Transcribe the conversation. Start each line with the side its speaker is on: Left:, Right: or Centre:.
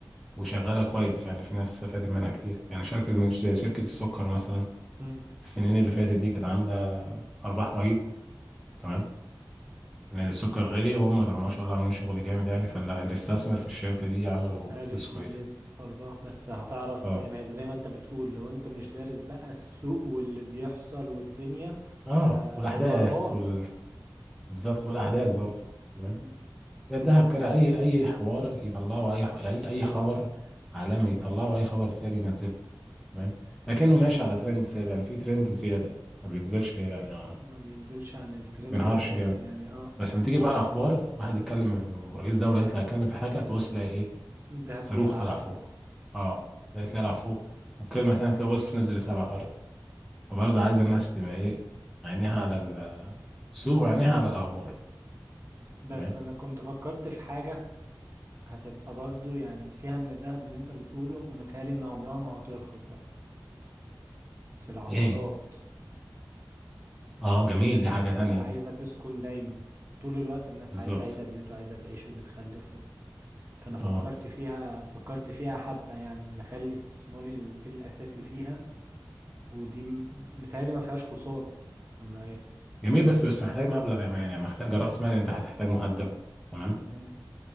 Centre: وشغاله كويس يعني في ناس استفادت منها كتير يعني شركه من زي شركه السكر مثلا
Right: مم.
Centre: السنين اللي فاتت دي كانت عامله ارباح رهيبه تمام لان السكر غالي وهم كانوا ما شاء الله عاملين شغل جامد يعني فاللي استثمر في الشركه دي عملوا
Right: عارف
Centre: فلوس كويسه
Right: يجيب أرباح بس هتعرف
Centre: اه
Right: منين هيبقى زي ما أنت بتقول لو أنت مش دارس بقى السوق واللي بيحصل والدنيا
Centre: اه
Right: ه...
Centre: والاحداث
Right: هيبقى رهان
Centre: وال... بالظبط والاحداث برضو تمام
Right: مم.
Centre: ده الدهب كده اي اي حوار يطلعه اي ح- اي اي خبر عالمي يطلعه اي خبر تاني ينزله تمام لكنه ماشي على ترند ثابت يعني في ترند زياده ما بينزلش يعني ع-
Right: ما بينزلش عن الترند
Centre: ما بينهارش
Right: الأساسي
Centre: جامد
Right: يعني اه
Centre: بس لما تيجي بقى الاخبار واحد يتكلم رئيس دوله يطلع يتكلم في حاجه تبص تلاقي ايه
Right: الذهب
Centre: صاروخ
Right: بيلعب
Centre: طلع فوق اه تلاقي طلع فوق والكلمه تانيه تلاقي بص نزل لسبع ارض فبرضه عايز الناس تبقى ايه عينيها على السوق وعينيها على الاخبار
Right: بس
Centre: تمام
Right: أنا كنت فكرت في حاجة هتبقى برضو يعني فيها من الذهب اللي أنت بتقوله ومتهيألي إن عمرها ما هترخص بقى في العقارات
Centre: ايه هي؟ اه جميل
Right: الناس
Centre: دي حاجه
Right: هتبقى
Centre: تانيه
Right: عايزة
Centre: دي
Right: تسكن دايما طول الوقت الناس
Centre: بالظبط
Right: عاي... عايزة بيوت وعايزة تعيش وبتخلف فانا فكرت
Centre: اه
Right: فيها فكرت فيها حبة يعني نخلي استثماري ال- الاساسي فيها ودي م- متهيألي ما فيهاش خسارة ولا ايه
Centre: جميل بس بس محتاج مبلغ يا مان يعني محتاج رأس مال يعني انت هتحتاج مقدم تمام
Right: مم.